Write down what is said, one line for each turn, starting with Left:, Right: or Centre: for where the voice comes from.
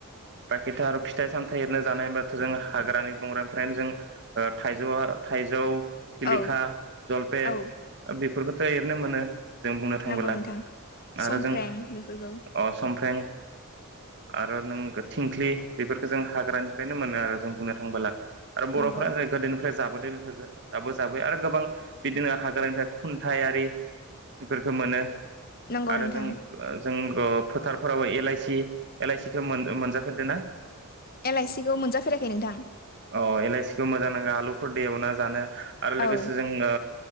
Right: बाखिथा आरो फिथाइ सामथायाइ एरनो जानाय होनबाथ' जों हाग्रानि बंग्रानिफ्रायनो जों थाइजौआ थाइजौ सिलिखा
Left: औ
Right: जलपे
Left: औ
Right: बेफोरखो दं एरैनो मोनो जों बुंनो थांबोला
Left: नंगौ नोंथां समफ्रें
Right: आरो जों अ
Left: बेफोरखौ
Right: समफ्रें आरो नों थिंख्लि बेफोरखौ जों हाग्रानिफ्रायनो मोनो आरो जों बुंनो थांबोला आरो बर'फ्रा
Left: नंगौ
Right: जे गोदोनिफ्राय जाबोदों बेफोरबो दाबो जाबाय आरो गोबां बिदिनो हाग्रानिफ्राय खुन्थायारि बेफोरखौ मोनो
Left: नंगौ
Right: आरो
Left: नोंथां
Right: जों जों ओ फोथारफोरावबो एलाइसि एलाइसिखौ मोन-मोनजाफेरदो ना?
Left: एलआइसि खौ मोनजाफेराखै नोंथां
Right: अ एलाइसिखौ मोजां नाङो आलुफोर दोवना एवना जानो आरो लोगोसे
Left: औ
Right: जोङो